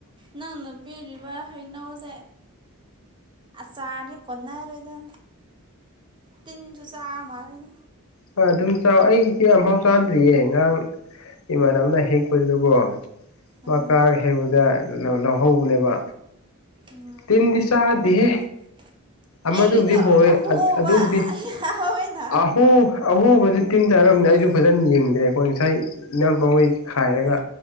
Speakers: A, on the right; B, on the left.
A: ꯅꯪꯅ ꯄꯤꯔꯤꯕ ꯍꯩꯅꯧꯖꯦ ꯑꯆꯥꯔꯗꯤ ꯀꯣꯟꯅꯔꯣꯏꯗ ꯇꯤꯟꯁꯨ ꯆꯥ ꯃꯥꯂꯦꯗ
B: ꯍꯣꯏ ꯑꯗꯨꯝ ꯆꯥꯎ ꯑꯩ ꯏꯆꯦ ꯑꯝꯐꯥꯎ ꯆꯥꯗ꯭ꯔꯤꯌꯦ ꯉꯔꯥꯡ ꯏꯃꯥꯟꯅꯕꯅ ꯍꯦꯛꯄꯗꯨꯗꯀꯣ
A: ꯑꯥ
B: ꯃꯥ ꯀꯥꯔꯒ ꯍꯦꯛꯕꯗ ꯂꯧ ꯂꯧꯍꯧꯕꯅꯦꯕ
A: ꯎꯝ
B: ꯇꯤꯟꯗꯤ ꯆꯥꯗꯦꯍꯦ
A: <inaudible>
B: ꯑꯃꯗꯨꯕꯨꯗꯤ
A: ꯑꯩꯒꯤꯗꯣ
B: ꯍꯣꯋꯦ
A: ꯑꯍꯣꯕ
B: ꯑꯗꯨꯕꯨꯗꯤ
A: ꯌꯥꯎꯋꯦꯅ
B: ꯑꯥ ꯍꯣ ꯑꯍꯣꯕꯖꯦ ꯇꯤꯟ ꯆꯥꯔꯝꯅꯤ ꯑꯩꯖꯨ ꯐꯖꯟ ꯌꯦꯡꯗ꯭ꯔꯦ ꯈꯣꯏ ꯉꯁꯥꯏ ꯏꯅꯝꯄꯍꯣꯏ ꯈꯥꯏꯔꯒ